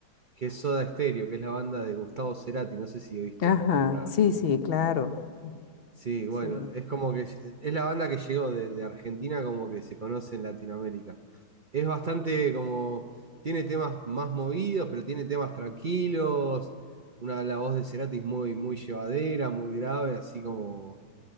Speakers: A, on the right; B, on the left.
A: que es Soda Stereo, que es la banda de Gustavo Cerati. No sé si oíste
B: Ajá,
A: nombrar.
B: sí, sí, claro,
A: Sí, bueno,
B: sí.
A: es como que es la banda que llegó de, de Argentina, como que se conoce en Latinoamérica. Es bastante como, tiene temas más movidos, pero tiene temas tranquilos, una la voz de Cerati es muy, muy llevadera, muy grave, así como